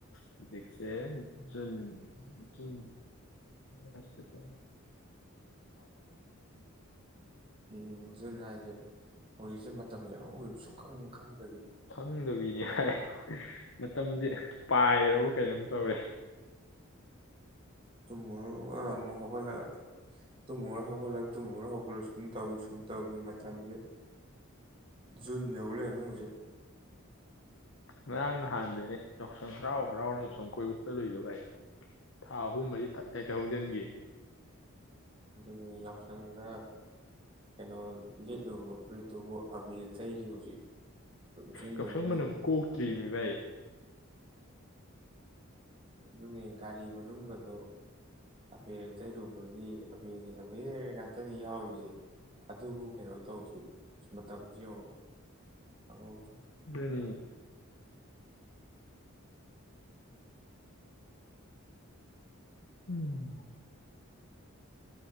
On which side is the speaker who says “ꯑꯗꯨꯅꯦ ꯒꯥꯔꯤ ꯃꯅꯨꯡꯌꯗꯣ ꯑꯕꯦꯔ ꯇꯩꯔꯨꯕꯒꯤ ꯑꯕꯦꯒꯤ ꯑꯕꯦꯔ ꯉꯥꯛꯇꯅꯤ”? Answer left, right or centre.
Right